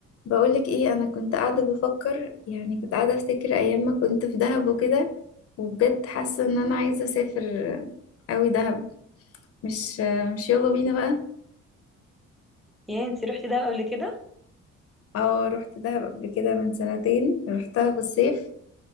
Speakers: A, on the left (about 50°); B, in the centre.
A: بقولك ايه انا كنت قاعده بفكر يعني كنت قاعده افتكر ايام ما كنت في دهب وكده وبجد حاسه ان انا عايزه اسافر قوي دهب مش مش يلا بينا بقى
B: يا انت رحتي دهب قبل كده
A: اه رحت دهب قبل كده من سنتين رحتها في الصيف